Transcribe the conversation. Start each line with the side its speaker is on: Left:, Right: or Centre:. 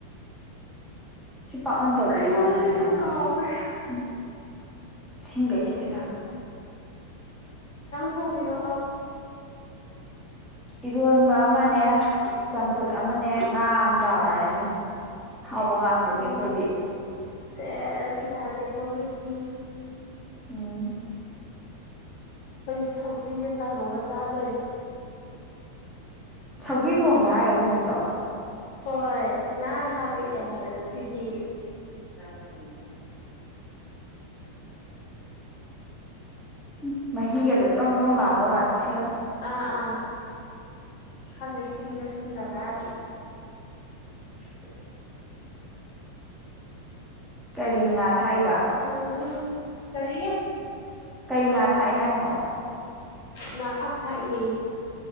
Centre: ꯁꯤ ꯄꯥꯛꯅꯝ ꯇꯧꯗꯣꯏꯃꯅꯒꯤꯁꯦ
Left: ꯀꯩꯅꯣꯝ ꯍꯥꯏꯕꯅꯦ
Centre: ꯉꯥꯟꯅꯕ
Left: ꯀꯥꯎꯈ꯭ꯔꯦ
Centre: ꯎ ꯁꯤꯁꯤꯡꯒꯩꯁꯤ ꯀꯗ
Left: ꯍꯅ
Centre: ꯏꯔꯣꯟꯕ ꯑꯃꯅꯦ ꯆꯝꯐꯨꯠ ꯑꯃꯅꯦ ꯉꯥ ꯑꯃ ꯇꯥꯎꯔꯅꯤ ꯍꯥꯎꯕ ꯉꯥꯛꯇꯅꯤ
Left: ꯎꯝ
Centre: ꯑꯩꯈꯣꯏꯗꯤ
Left: ꯁ ꯁꯤꯌꯥꯗꯦ ꯀꯃꯤꯗꯤ
Centre: ꯎꯝ
Left: ꯑꯩꯈꯣꯏ ꯁꯧꯒ꯭ꯔꯤꯒ ꯀꯥꯡꯪꯍꯧꯒ ꯆꯥꯗꯣꯏꯔ
Centre: ꯁꯧꯒ꯭ꯔꯤ ꯊꯣꯡꯉꯦ ꯍꯥꯏꯔꯣ ꯅꯣꯏꯒꯤꯗꯣ
Left: ꯍꯣꯏ ꯉꯥꯒ ꯍꯥꯞꯄꯤꯛꯑꯦ ꯍꯥꯏꯗꯅ ꯁꯤꯗꯤ
Centre: ꯇꯕꯇ ꯅ ꯎꯝ ꯎ ꯃꯍꯤꯒꯗ ꯇꯔꯨ ꯇꯔꯨ ꯂꯥꯛꯑꯝꯗꯧ ꯃꯥꯜꯂꯁꯤ
Left: ꯑ ꯑꯥ ꯐꯦ ꯁꯤꯟꯗꯔ ꯁꯟꯗꯔ ꯔꯒ
Centre: <unintelligible> ꯀꯔꯤ ꯉ ꯊꯥꯏꯕ
Left: ꯎꯝ ꯀꯔꯤ
Centre: ꯀꯩ ꯉꯥ ꯊꯥꯛꯑꯦ ꯍꯥꯏꯅꯣ
Left: ꯉꯥꯐꯛ ꯊꯥꯛꯏ